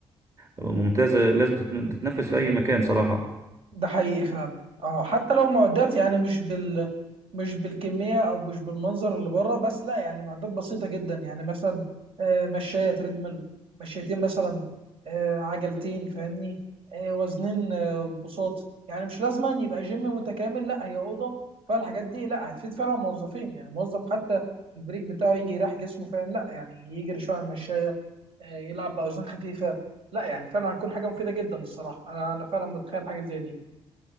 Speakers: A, on the right (about 30°); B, on the right (about 65°).
A: ممتازة لازم تتن- تتنفذ في اي مكان صراحة
B: ده حقيقي فعلا اه حتى لو معدات يعني مش بال مش بالكمية أو مش بالمنظر اللي بره بس لا يعني معدات بسيطة جدا يعني مثلا آه، مشاية تريدميل مشيتين مثلا آه، عجلتين فاهمني آه، وزنين آه، بساط يعني مش لازم أن يبقى جيم متكامل لا هي أوضة فالحاجات دي لا هتفيد فعلا الموظفين يعني الموظف حتى البريك بتاعه يجي يريح جسمه فاهم لا يعني يجري شوية على المشاية آه، يلعب باوزان خفيفه لا يعني فعلا هتكون حاجه مفيده جدا الصراحه انا انا فعلا متخيل حاجه زي دي